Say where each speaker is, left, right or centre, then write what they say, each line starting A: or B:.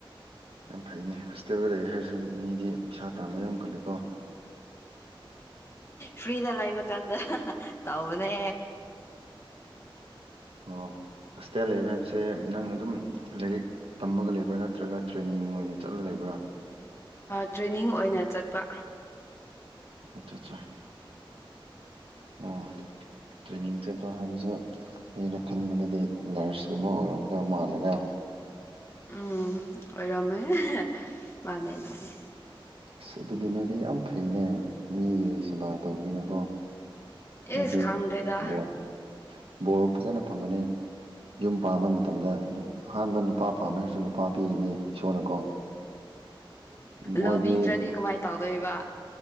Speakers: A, on the right (about 85°); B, on the left (about 30°).
A: ꯌꯥꯝ ꯐꯩꯅꯦ ꯍꯣꯁꯇꯦꯜꯒꯗꯒꯤ ꯑꯩ ꯍꯥꯏꯔꯁꯨ ꯃꯤꯗꯤ ꯄꯩꯁꯥ ꯇꯥꯥꯟꯕ ꯌꯥꯝ ꯀꯜꯂꯦꯀꯣ
B: ꯐ꯭ꯔꯤꯗ ꯂꯩꯕ ꯀꯥꯟꯗ ꯇꯧꯕꯅꯦ
A: ꯑꯣ ꯍꯁꯇꯦꯜ ꯂꯩꯕ ꯍꯥꯏꯕꯁꯦ ꯅꯪ ꯑꯗꯨꯝ ꯂꯥꯏꯔꯤꯛ ꯇꯝꯕꯒ ꯂꯩꯕ꯭ꯔꯥ ꯅꯠꯇ꯭ꯔꯒ ꯇ꯭ꯔꯦꯅꯤꯡ ꯑꯣꯏꯅ ꯆꯠꯂ ꯂꯩꯕ꯭ꯔꯥ
B: ꯇ꯭ꯔꯦꯅꯤꯡ ꯑꯣꯏꯅ ꯆꯠꯄ
A: ꯑꯆꯠ ꯆꯥ ꯑꯣ ꯇ꯭ꯔꯦꯅꯤꯡ ꯆꯠꯄ ꯍꯥꯏꯕꯁꯦ ꯑꯩꯅ ꯈꯟꯕꯗꯗꯤ ꯅꯔꯁꯀꯨꯝꯕ ꯑꯣꯏꯔꯝꯒꯗꯕ ꯃꯥꯜꯂꯦꯗ
B: ꯎꯝ ꯑꯣꯏꯔꯝꯃꯦ ꯃꯥꯅꯦ ꯃꯥꯅꯦ
A: ꯑꯁ ꯑꯗꯨꯗꯤꯅꯗꯤ ꯌꯥꯝ ꯐꯩꯅꯦ ꯃꯤꯒꯤ ꯁꯦꯕꯥ ꯇꯧꯕꯅꯤꯅꯀꯣ ꯅꯣꯏꯗꯤ
B: ꯏꯁ ꯈꯪꯗ꯭ꯔꯦꯗ
A: ꯕꯣꯔ ꯕꯣꯔ ꯐꯖꯅ ꯐꯪꯒꯅꯤ ꯌꯨꯝ ꯄꯥꯟꯕ ꯃꯇꯝꯗ ꯑꯍꯥꯟꯕ ꯅꯨꯄꯥ ꯄꯥꯝꯃꯦ ꯍꯥꯏꯔꯁꯨ ꯅꯨꯄꯥ ꯄꯤꯒꯅꯤ ꯏꯁꯣꯔꯅ ꯃꯣꯏꯗꯤ
B: ꯂꯧꯕꯤꯗ꯭ꯔꯗꯤ ꯀꯃꯥꯏꯅ ꯇꯧꯗꯣꯏꯕ